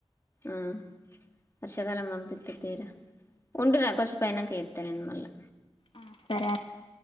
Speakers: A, on the left; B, on the left.
A: ఎమ్ వర్షాకాలం పంపిస్త తీరా ఉంటరా కొచ్చం పనాక ఎస్తా నేను మళ్ళీ
B: ఆ సరే ఆతా